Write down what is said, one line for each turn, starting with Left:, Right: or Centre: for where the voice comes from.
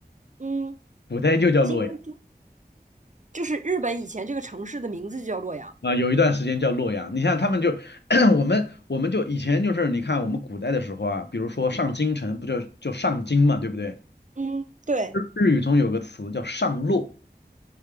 Right: 嗯，
Left: 古代就叫洛阳
Right: 京都，就是日本以前这个城市的名字就叫洛阳。
Left: 啊，有一段时间叫洛阳。你像他们就 <clears throat> 我们我们就以前就是你看我们古代的时候啊，比如说上京城不就就上京嘛，对不对？
Right: 嗯，对。
Left: 日日语中有个词叫上洛。